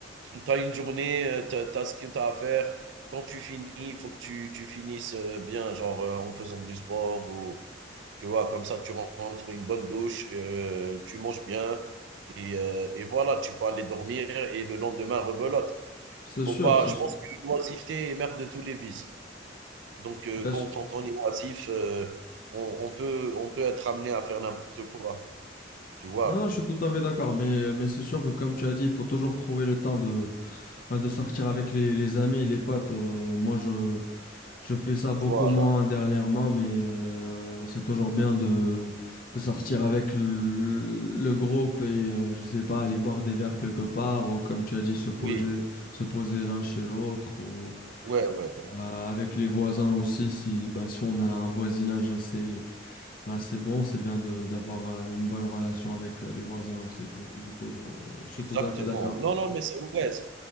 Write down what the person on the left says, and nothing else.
C'est
sûr,
c'est
sûr,
bien
sûr.
Non, non, je suis tout à fait d'accord, mais, mais c'est sûr que comme tu as dit, il faut toujours trouver le temps de Bah, de sortir avec les, les amis et les potes, euh, moi je, je fais ça beaucoup
moins dernièrement, mais euh, c'est toujours bien de, de sortir avec le, le groupe et euh, je sais pas, aller boire des verres quelque part ou comme tu as dit, se poser,
se poser l'un chez l'autre ou
euh, avec les voisins aussi. Si, bah, si on a un voisinage assez, bah, assez bon, c'est bien de, d'avoir euh, une bonne relation avec euh, les voisins aussi. tu vois. Du coup, je, je suis
tout à fait d'accord.